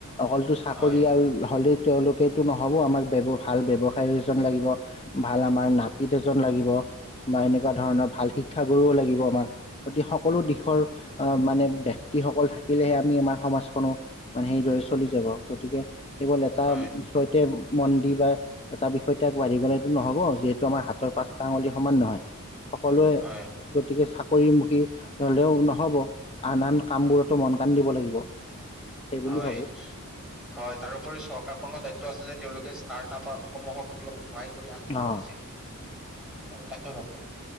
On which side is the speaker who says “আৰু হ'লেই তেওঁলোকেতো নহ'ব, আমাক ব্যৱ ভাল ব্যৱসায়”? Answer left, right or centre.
Left